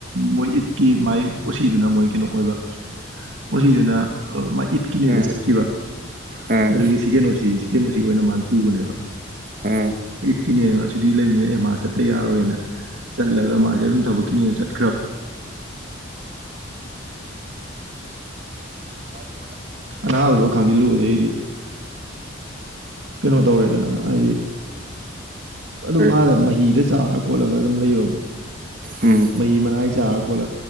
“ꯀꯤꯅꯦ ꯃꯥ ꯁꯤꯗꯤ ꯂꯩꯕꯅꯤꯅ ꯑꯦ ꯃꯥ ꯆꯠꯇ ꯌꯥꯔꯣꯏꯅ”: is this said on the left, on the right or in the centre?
Right